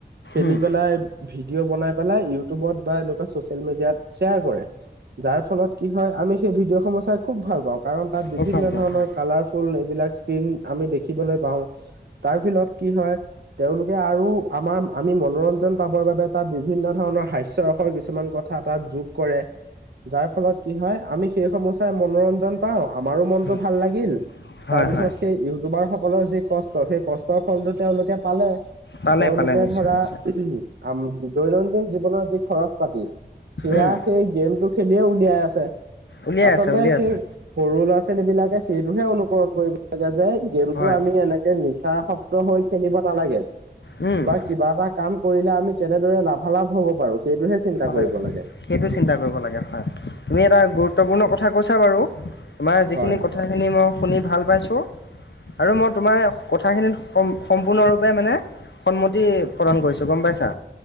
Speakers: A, on the right (about 65°); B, on the left (about 85°).
A: খেলি
B: উম,
A: পেলাই ভিডিঅ' বনাই পেলাই ইউটিউবত বা এনেকুৱা চচিয়েল মিডিয়াত শ্বেয়াৰ কৰে যাৰ ফলত কি হয় আমি সেই ভিডিঅ' সমূহ চাই খুব ভাল পাওঁ কাৰণ তাত
B: খুব
A: বিভিন্ন
B: ভাল পাওঁ
A: ধৰণৰ
B: হয়,
A: কালাৰফুল এইবিলাক কিন আমি দেখিবলৈ পাও তাৰ ফিলত কি হয় তেওঁলোকে আৰু আমাৰ আমি মনোৰঞ্জন পাবৰ বাবে তাত বিভিন্ন ধৰণৰ হাস্যৰসৰ কিছুমান কথা তাত যোগ কৰে যাৰ ফলত কি হয় আমি সেই সমুহ চাই মনোৰঞ্জন পাওঁ আমাৰো মনটো
B: হয়,
A: ভাল লাগিল
B: হয়,
A: তাৰ পিছত
B: হয়,
A: সেই ইউটিউবাৰ সকলৰ যি কষ্ট সেই কষ্টৰ ফলটো তেওঁলোকে পালে
B: পালে,
A: তেওঁলোকে
B: পালে নিশ্চয়,
A: ধৰা
B: নিশ্চয়।
A: আ-ম দৈনন্দিন জীৱনৰ যি খৰচ পাতি সেয়া
B: উম,
A: সেই গেমটো খেলিয়ে উলিয়াই আছে
B: উলিয়াই
A: আচলতে
B: আছে, উলিয়াই
A: সেই
B: আছে।
A: সৰু ল'ৰা ছোৱালী বিলাকে সেইটোহে অনুকৰণ কৰিব লাগে যে গেমটো
B: হয়,
A: আমি এনেক কৈ নিচা সক্ত হৈ খেলিব নালাগে
B: উম
A: বা কিবা এটা কাম কৰিলে আমি কেনেদৰে লাভালাভ হব পাৰো সেইটোহে চিন্তা
B: হয়
A: কৰিব লাগে।
B: সেইটো চিন্তা কৰিব লাগে হয় তুমি এটা গুৰুত্বপূৰ্ণ কথা কৈছা বাৰু তোমাৰ যিখিনি
A: হয়।
B: কথাখিনি মই শুনি ভাল পাইছোঁ আৰু মই তোমাৰ কথাখিনিত সম সম্পূৰ্ণৰূপে মানে সন্মতি প্ৰদান কৰিছোঁ গম পাইছা